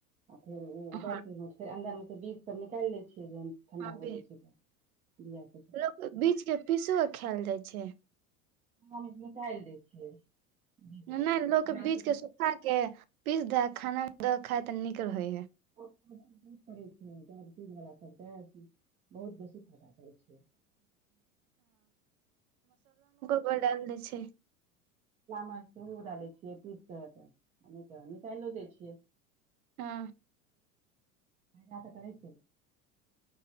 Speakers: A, on the right; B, on the right.
A: आ फेर
B: हँ
A: उबाल के फेर अन्दरमे त बिज सब निकालि लै छियै जेहन ठण्डा
B: हँ
A: भ
B: बी-
A: जाइ छै तऽ बआ
B: लोक बीज के पीसो खायल जाइ छै
A: हम निकाईल दैय छियै बीजके
B: नहि
A: हमरा
B: लोक बीज
A: सभके
B: के सुखा के पीस दे खाना मे द खाय त नीक रहे है
A: क <unintelligible> कर छै डाइबितिज़ वला सब त बहुत बेसी फराब रहै छै
B: बडल दै छै
A: मसा उडाले छियै पीस तऽ निकलो दै छियै
B: हँ
A: फायदा तऽ करै छ